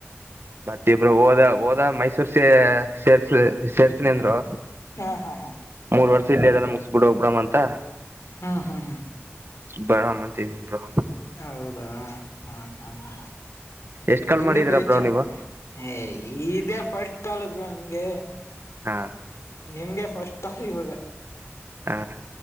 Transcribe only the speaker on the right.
ಮತಿ ಇಬ್ರು ಹೋದ ಹೋದ ಮೈಸೂರ್ಸ ಸೇರ್ಸ್ ಸೇರ್ಸನ ಅಂದ್ರು
ಮೂರ್ ವರ್ಷ ಇಲ್ಲ ಅದಲ್ಲ ಮುಗಿಸಬಿಡು ಹೋಗ್ ಬಿಡೋಣ ಅಂತ
ಬರಾಮ್ ಅಂತ ಇದ್ದೀನಿಬ್ರೋ
ಎಷ್ಟ್ ಕಾಲ್
ಮಾಡಿದೀರಾ
ಬ್ರೋ ನೀವು
ಹಾ
ಹ